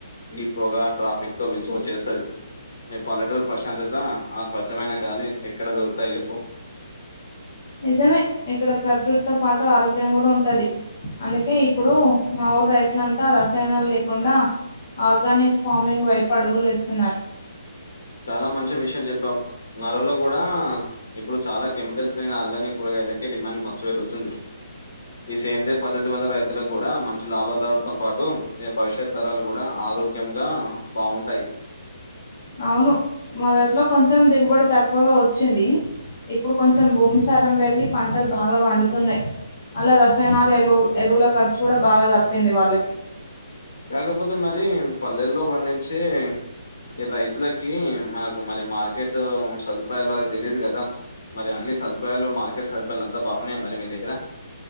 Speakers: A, on the left; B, on the left.
A: ఈ పొగా ట్రాఫిక్ తో విసుకొచ్చేస్తాది మీ పల్లెటూరీ ప్రశాంతత ఆ స్వచ్ఛమైన గాలి ఎక్కడ దొరుకుతాయి చెప్పు
B: నిజమే ఇక్కడ ప్రకృతితో పాటు ఆరోగ్యం కూడా ఉంటది అందుకే ఇప్పుడు మా ఊరు రైతులంతా రస్ రసాయనాలు లేకుండా ఆర్గానిక్ ఫార్మింగ్ వైపు అడుగులు వేస్తున్నారు
A: చాలా మంచి విషయం చెప్పావు నరలో కూడా ఇప్పుడు చాలా కెమికల్స్ ఆర్గానిక్ కూ లకే డిమాండ్ మస్తు పెరుగుతుంది ఈ సేంద్రియ పద్ధతి వల్ల రైతులకు కూడా మంచి లాభాలు రావడంతో పాటు ఈ భవిష్యత్ తరాలు కూడా ఆరోగ్యంగా బాగుంటాయి
B: అవును మొదట్లో కొంచెం దిగుబడి తక్కువగా వచ్చింది ఇప్పుడు కొంచెం భూమిసారం పెరిగి పంటలు బాగా పండుతున్నాయి అలా రసాయనలు ఎ ఎరువుల ఖర్చు కూడా బాగా తప్పింది వాళ్ళకి
A: కాకపోతే మరి పల్లెల్లో పండించి ఈ రైతులకి మనకు మరి మార్కెట్ సదుపాయాలు వాళ్ళకు తెలియదు కదా మరి అన్ని సదుపాయాలు మార్కెట్ సదుపాయాలు అంతా బాగున్నాయ మరి మీ దగ్గర